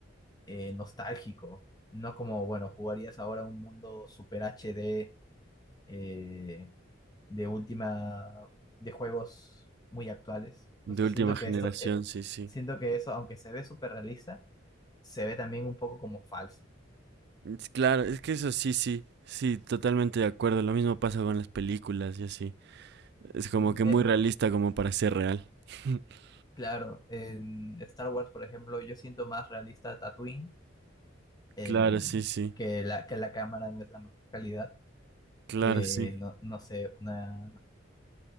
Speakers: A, on the left; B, on the right.
A: eh, nostálgico, no como, bueno, jugarías ahora un mundo super HD eh, de última, de juegos muy actuales. Entonces
B: De última
A: siento que
B: generación,
A: esto, eh,
B: sí, sí.
A: siento que eso, aunque se ve super realista, se ve también un poco como falso.
B: Es claro, es que eso sí, sí. Sí, totalmente de acuerdo. Lo mismo pasa con las películas y así. Es
A: Ujú.
B: como que
A: Eh,
B: muy realista como para ser real. <laughs>
A: Claro, en Star Wars, por ejemplo, yo siento más realista Tatooine, eh,
B: Claro, sí, sí.
A: que la, que la cámara no es la mejor calidad,
B: Claro,
A: que
B: sí,
A: no, no sé, una,